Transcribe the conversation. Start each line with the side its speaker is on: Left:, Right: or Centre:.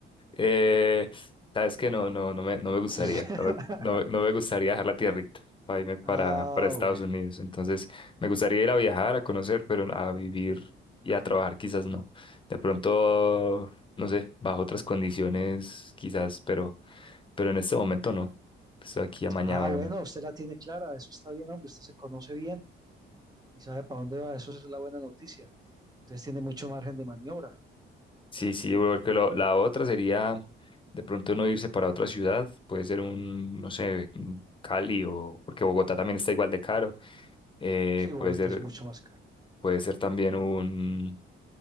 Left: Eh, sabes que no, no, no me, no me gustaría,
Right: <laughs>
Left: no me, no me- no me gustaría dejar la tierrita para irme para,
Right: Ah,
Left: para Estados
Right: bueno.
Left: Unidos. Entonces, me gustaría ir a viajar, a conocer, pero a vivir y a trabajar quizás no. De pronto, no sé, bajo otras condiciones quizás, pero, pero en este momento no. Estoy aquí amañado.
Right: Ah, bueno, usted la tiene clara, eso está bien, hombre, usted se conoce bien y sabe para dónde va, eso es la buena noticia. Entonces tiene mucho margen de maniobra.
Left: Sí, sí, porque lo- la otra sería de pronto uno irse para otra ciudad, puede ser un, no sé, un Cali o, porque Bogotá también está igual de caro, eh,
Right: Sí, Bogotá
Left: puede ser,
Right: es mucho más caro.
Left: puede ser también un,